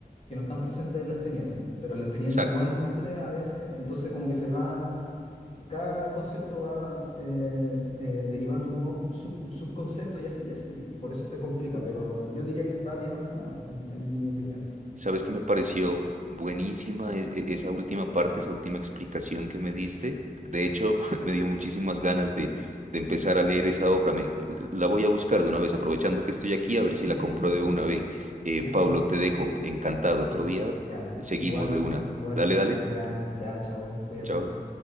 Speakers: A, on the left (about 45°); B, on the right (about 50°).
A: que no están presentes en la experiencia. Pero la experiencia
B: exacto.
A: igual nutre a veces, entonces como que se va, cada concepto va eh, eh, derivando un nuevo sub- subconcepto y así y así. Y por eso se complica, pero yo diría que está bien ordenado, en, en mi opinión.
B: ¿Sabes que me pareció buenísima es- e- esa última parte, esa última explicación que me diste? De hecho, <laughs> me dio muchísimas ganas de, de empezar a leer esa obra. Me- la voy a buscar de una vez, aprovechando que estoy aquí, a ver si
A: Sí,
B: la compro
A: sí, sí.
B: de una vez. Eh,
A: Busca,
B: Pablo,
A: busca.
B: te dejo, encantado. Otro
A: Eh,
B: día
A: ya,
B: seguimos
A: igual,
B: de una.
A: igual,
B: Dale, dale.
A: eh, ya, ya, chavo, cuídate.
B: Chao.